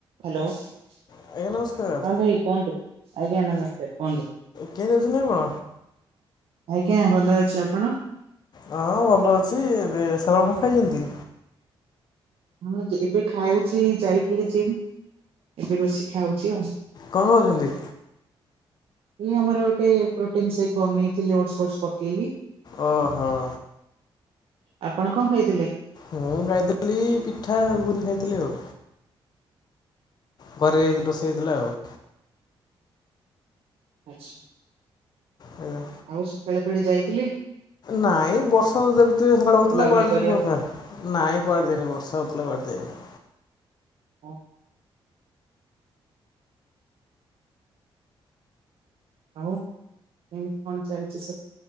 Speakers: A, on the right; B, on the left.
A: Hello ହଁ
B: ଆଜ୍ଞା ନମସ୍କାର
A: ଭାଇ କୁହନ୍ତୁ। ଆଜ୍ଞା ନମସ୍କାର। କୁହନ୍ତୁ
B: କିଏ ଧରିଚନ୍ତି ଆପଣ?
A: ଆଜ୍ଞା ଭଲ ଅଛି ଆପଣ?
B: ହଁ ଭଲ ଅଛି ଏବେ ସାର ଆପ ଖାଇଛନ୍ତି।
A: ହଁ ଏବେ ଖାଉଛି ଯାଇଥିଲି ଯିମ ଏବେ ବସିକି ଖାଉଛି ଆଉ।
B: କଣ କହୁଛନ୍ତି?
A: ଇ ଆମର ଗୋଟେ ପ୍ରୋଟିନ ସେକ୍ ବନେଇଥିଲି ଓର୍ସ ଫର୍ସ ପକେଇକି।
B: ଓହୋ
A: ଆପଣ କଣ ଖାଇଥିଲେ?
B: ମୁଁ ଖାଇଥିଲି ପିଠା ଘୁଗୁନି ଖାଇଥିଲି ଆଉ। ଗରେ ଏଇକି ରୋଷେଇ ହେଇଥିଲା ଆଉ।
A: ଆଚ୍ଛା।
B: ଆଜ୍ଞା
A: ଆଉ ସେ ପେଳେ ପେଳେ ଯାଇଥିଲି କି?
B: ନାଇଁ ବର୍ଷା ତ ଦେଖୁଥିବେ ସକାଳୁ ହଉଥିଲା
A: ବୁଲାବୁଲି
B: କୁଆଡେ
A: କରିବାକୁ?
B: ଯିବୁ ଏଉଖା। ନାଇଁ କୁଆଡେ ଯାଇନି ବର୍ଷା ହଉଥିଲା କୁଆଡେ ଯାଇନି।
A: ଅ‌। ଆଉ କେମିତି କଣ ଚାଲିଚି ସବୁ।